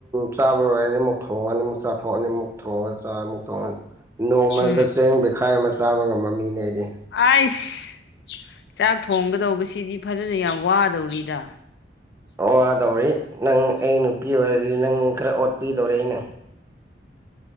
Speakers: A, on the right; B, on the left.
A: ꯆꯥꯕꯔꯣꯏꯔꯗꯤ ꯑꯃꯨꯛ ꯊꯣꯡꯉꯅꯤꯃꯨꯛ ꯆꯥꯊꯣꯛꯑꯅꯤꯃꯨꯛ ꯊꯣꯡꯉꯒ ꯆꯥꯔ ꯑꯃꯨꯛ ꯊꯣꯡꯉꯅꯤ ꯅꯣꯡꯃꯗ
B: ꯎꯝ
A: ꯆꯦꯡ ꯕꯦꯈꯥꯏ ꯑꯃ ꯆꯥꯕ ꯉꯝꯕ ꯃꯤꯅꯦ ꯑꯩꯗꯤ
B: ꯑꯩꯁ ꯆꯥꯛ ꯊꯣꯡꯒꯗꯧꯕꯁꯤꯗꯤ ꯐꯖꯅ ꯌꯥꯝ ꯋꯥꯗꯧꯔꯤꯗ
A: ꯋꯥꯗꯧꯔꯤ ꯅꯪ ꯑꯩ ꯅꯨꯄꯤ ꯑꯣꯏꯔꯗꯤ ꯅꯪ ꯈꯔ ꯑꯣꯠꯄꯤꯗꯧꯔꯤ ꯑꯩꯅ